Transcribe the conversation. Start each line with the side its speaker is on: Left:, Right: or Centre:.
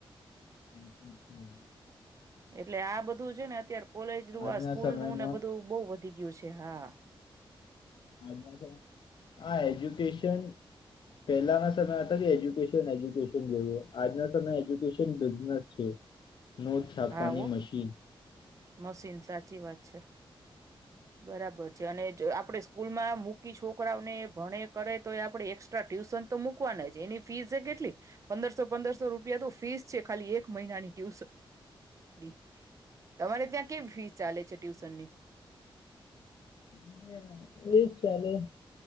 Left: હમમ
Right: એટલે આ બધું છે ને અત્યારે કોલેજ નું
Left: આજના
Right: આ સ્કૂલ
Left: સમયમાં
Right: નું ને બધું બહુ વધી ગ્યુ છે હા.
Left: આજના સમયમાં, હા એજ્યુકેશન પેલાના સમય હતા જે એજ્યુકેશન એજ્યુકેશન જેવું આજના સમય એજ્યુકેશન બિઝનેસ છે. નોટ છાપવાની
Right: હા ઓ
Left: મશીન
Right: મશીન સાચી વાત... ચ્છા... બરાબર છે અને જ આપણે સ્કૂલમાં મુ કી છોકરાઓને ભણે કરે તો એ આપણેે એક્સ્ટ્રા ટ્યુશન તો મૂકવાના જ એની ફીસ છે કેટલી પંદરસો પંદરસો રૂપિયા તો ફીસ છે ખાલી એક મહિનાની ટ્યુશન... બી... તમારે ત્યાં કેવી ફી ચાલે છે. ટ્યૂશનની...
Left: અરે એજ ચાલે...